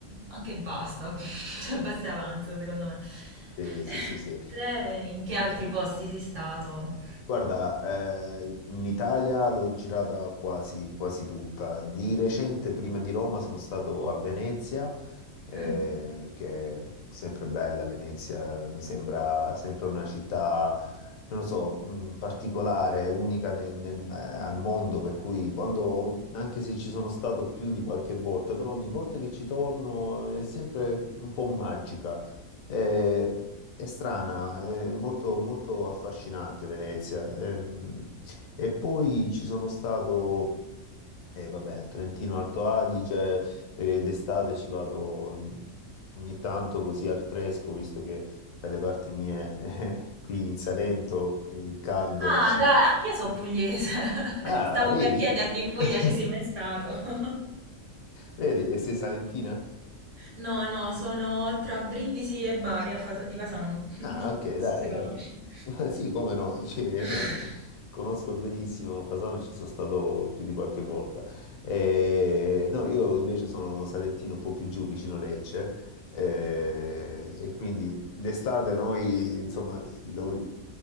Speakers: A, on the right (about 65°); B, on the left (about 80°).
A: Anche basta, <laughs> cioè basta e avanza secondo me.
B: Sì,
A: <laughs>
B: sì, sì, sì.
A: Te in che altri posti sei stato?
B: Guarda, eh, in Italia l'ho girata quasi, quasi tutta. Di recente, prima di Roma, sono stato a Venezia, eh,
A: Mm.
B: che è sempre bella Venezia, mi sembra sempre una città, non lo so, mh, particolare, unica nel- nel- eh, al mondo, per cui quando, anche se ci sono stato più di qualche volta, però ogni volta che ci torno è sempre un po' magica. Eh, è strana, è molto, molto affascinante Venezia. Ehm, E, poi ci sono stato, eh, vabbè, Trentino Alto Adige, eh, d'estate ci vado ogni tanto così al fresco, visto che dalle parti mie, <laughs> eh, qui in Salento, il caldo
A: Ah,
B: ci...
A: dai, anch'io sono pugliese. <laughs>
B: Ah,
A: Ti Stavo
B: vedi?
A: per chiederti in Puglia
B: <laughs>
A: ci sei mai stato. <laughs>
B: Vedi, e sei salentina?
A: No, no, sono tra Brindisi e Bari a Fasa- di Fasano. <laughs> Non
B: Ah, ok, dai.
A: so se conosci.
B: eh. <laughs> Ma Sì, come no, <laughs> cioè,
A: <laughs>
B: conosco benissimo Fasano, ci sono stato più di qualche volta. Eh, no, io invece sono salentino un po' più giù, vicino Lecce, eh, e quindi d'estate noi, insomma, lo-